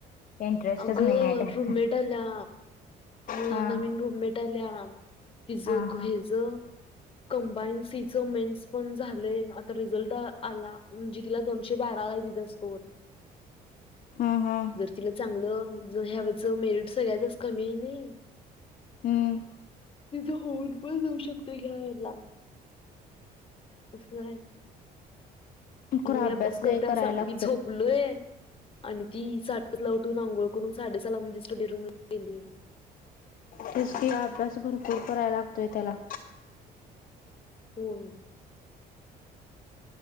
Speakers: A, on the left; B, on the left.
A: इंटरेस्टच
B: अगं
A: नाही आहे त्यात
B: रूममेट
A: काय
B: आल्या. मला
A: हा
B: नवीन रूममेट आल्या तिजक
A: हा हा
B: हेज
A: <inaudible>
B: कंबाईन सी च मेन्स पण झालयं आता रिझल्ट आला म्हणजे तिला दोनश तो बाराला आहे तिजा स्कोर.
A: हा हा.
B: जर तिला चांगलं जर ह्यावरचं मेरिट सगळ्यातच कमी आय नाई
A: हम्म
B: तिचं होऊन पण जाऊ शकतयं घ्या याला असं आय
A: खरं
B: लय अभ्यास
A: लय
B: करत्या
A: करायला
B: असा
A: लागतोय
B: मी झोप फुल ओय आणि ती साड सातला उठून आंघोळ करून साडेसहाला म्हणजे स्टडी रूमला गेली.
A: तिच की अभ्यास भरपूर कराय लागतोय त्याला.
B: होय.